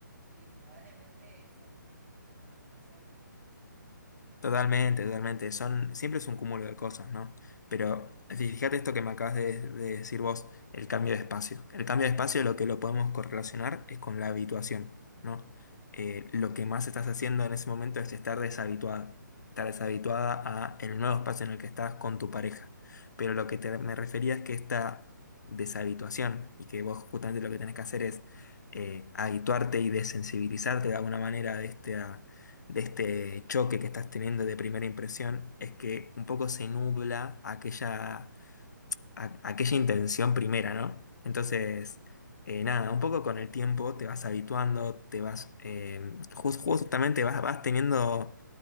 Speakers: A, on the right; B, on the left.
A: y probablemente esas choque.
B: Totalmente, totalmente. Son, siempre es un cúmulo de cosas, ¿no? Pero fíjate esto que me acabas de, de decir vos, el cambio de espacio. El cambio de espacio lo que lo podemos correlacionar es con la habituación, ¿no? Eh, lo que más estás haciendo en ese momento es estar deshabituada, estar deshabituada a el nuevo espacio en el que estás con tu pareja. Pero lo que te- me refería es que esta deshabituación y que vos justamente lo que tenés que hacer es eh, habituarte y desensibilizarte de alguna manera de este choque que estás teniendo de primera impresión es que un poco se nubla aquella, a- aquella intención primera, ¿no? Entonces, eh, nada, un poco con el tiempo te vas habituando, te vas, eh, jus- justamente vas, vas teniendo